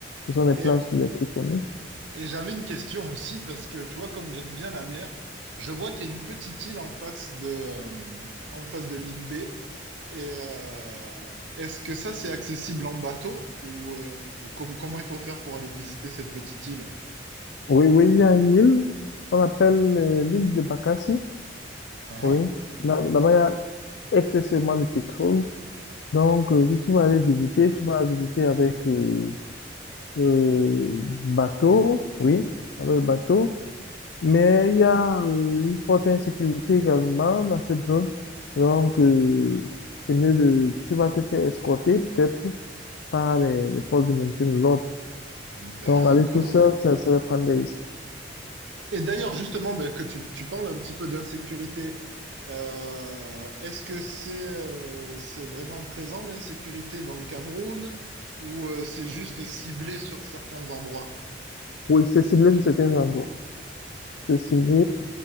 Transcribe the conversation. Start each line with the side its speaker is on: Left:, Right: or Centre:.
Left: Ce sont les
Right: Et,
Left: plages les plus connues.
Right: Et j'avais une question aussi, parce que tu vois, comme j'aime bien la mer, je vois qu'il y a une petite île en face de, euh, en face de Limbé. Et euh, est-ce que ça, c'est accessible en bateau ou euh, ou com- comment il faut faire pour aller visiter cette petite île?
Left: Oui, oui, il y a une île qu'on appelle euh, l'île de Bakassi.
Right: Ah,
Left: Oui,
Right: ah.
Left: Là- là-bas, il y a excessivement de pétrole. Donc, euh, si tu vas aller visiter, tu vas visiter avec euh, euh, bateau. Oui, avec le bateau. Mais il y a euh, une forte insécurité également dans cette zone. Donc, euh, c'est mieux de, tu vas te faire escorter peut-être par les, les forces de maintien de l'ordre.
Right: D'accord.
Left: Donc, aller tout seul, ça serait prendre des risques.
Right: Et d'ailleurs, justement, ben, que tu, tu parles un petit peu d'insécurité, euh, est-ce que c'est euh, c'est vraiment présent l'insécurité dans le Cameroun ou euh, c'est juste ciblé sur certains endroits?
Left: Oui, c'est ciblé sur certains endroits. C'est ciblé,